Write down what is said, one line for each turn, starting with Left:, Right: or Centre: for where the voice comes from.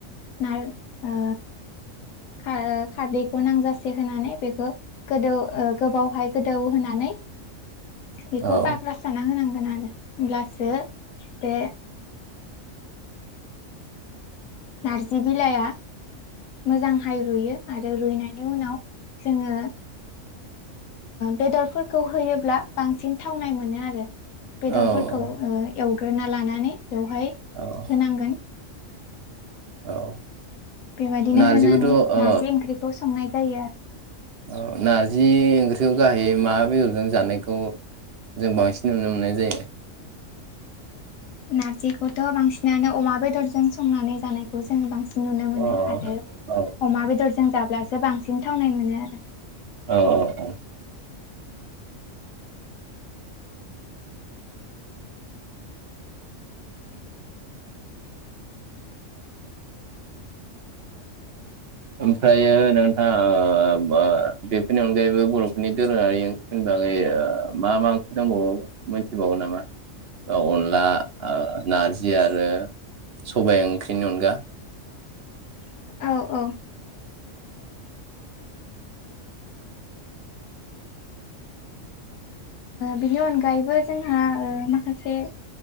Left: नार ओ खारद खारदैखौ नांजासे होनानै बेखौ गोदौ गोबावहाय गोदौ होनानै बेखौ
Right: औ
Left: फाक्रास साना होनांगोन आरो होमब्लासो बे नार्जि बिलाइआ मोजांहाय रुयो आरो रुइनायनि उनाव जोङो बेदरफोरखौ होयोब्ला बांसिन थावनाय मोनो आरो बेदरफोरखौ
Right: औ
Left: एवग्रोना लानानै बेवहाय
Right: औ
Left: होनांगोन
Right: औ
Left: बेबायदिनो
Right: नारजिखौथ'
Left: होनानै
Right: अ
Left: नारजि ओंख्रिखौ संनाय जायो आरो
Right: औ नारजि ओंख्रियाव गाहाय मा बेदरजों जानायखौ जों बांसिन नुनो मोननाय जायो
Left: नारजिखौथ' बांसिनानो अमा बेदरजों संनानै जानायखौ जोो बांसिन नुनो मोनो
Right: अ
Left: आरो
Right: औ
Left: अमा बेदरजों जाब्लासो बांसिन थावनाय मोनो आरो
Right: औ औ औ ओमफ्रायो नोंथाङा बेफोरनि अनगायैबो बर'फोरनि दोरोङारि ओं होनबाङै मा मा ओंख्रि दंबावो मिथिबावो नामा अनला नारजि आरो सबाइ ओंख्रिनि अनगा
Left: औ औ बिनि अनगायैबो जोंहा माखासे